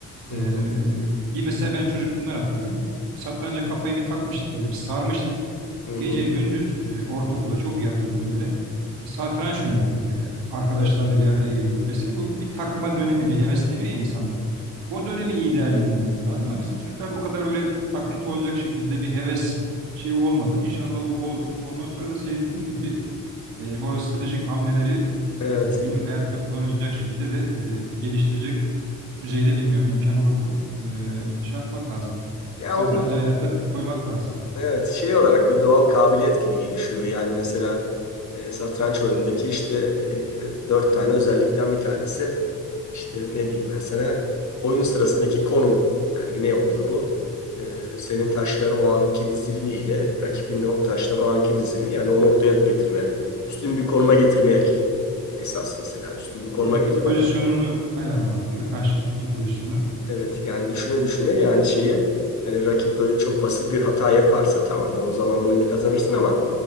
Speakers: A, on the left; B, on the right.
A: hı
B: E,
A: hı.
B: bir mesela ben çocukluğumdan atıyorum. Satranca kafayı bir takmıştık böyle bir sarmıştık.
A: Hı
B: Gece
A: hı.
B: gündüz e, ortaokulda çok iyi hatırlıyorum böyle. E, satranç oynuyorduk böyle. Arkadaşlarla
A: Evet.
B: bir araya geliyorduk vesaire. O bir takma dönemi bir hevesleniyor ya insanlar. O dönemi iyi değerlendirmek lazım ama bizim çocuklarda o kadar öyle takıntı olacak şekilde bir heves şeyi olmadı. İnşallah o olur. Ondan sonra da senin dediğin gibi e, o stratejik hamleleri
A: Evet.
B: e, günlük hayatta kullanacak şekilde de e, geliştirecek düzeyde bilmiyorum imkan olur mu? E, şey yapmak lazım.
A: Ya
B: Satrancı
A: o bir
B: hayata koymak lazım.
A: evet şey olarak bir doğal kabiliyet gibi gelişiyor. Yani mesela e, satranç oyunundaki işte e, dört tane özellikten bir tanesi işte ne diyeyim ben sana oyun sırasındaki konum. Yani ne oluyor bu? E, senin taşların o anki dizilimi ile rakibin o taşların o anki dizilimi yani o noktaya getirme, üstün bir konuma getirmek esas mesela üstün bir konuma
B: Evet,
A: getirmen.
B: e, pozisyonunu ayarlamak değil mi? Karşılıklı iki pozisyonu.
A: Evet yani düşüne düşüne yani şeyi hani rakip böyle çok basit bir hata yaparsa tamam o zaman oyunu kazanırsın ama